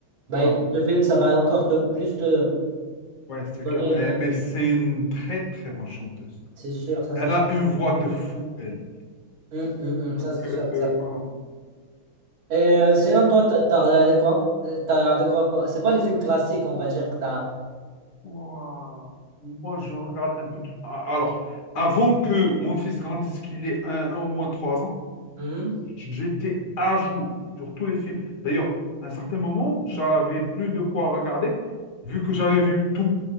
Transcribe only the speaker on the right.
Bah
écoute, le film, ça va encore te- plus te
donner.
euh,
C'est sûr, ça
c'est sûr.
Hmm, hmm,
hmm,
ça c'est
sûr. c'est
sûr.
Et euh, sinon, toi, t'as, t'as regardé quoi? Euh, T'as regardé quoi? quoi C'est quoi les films classiques, on va dire, que t'as.
Mhm.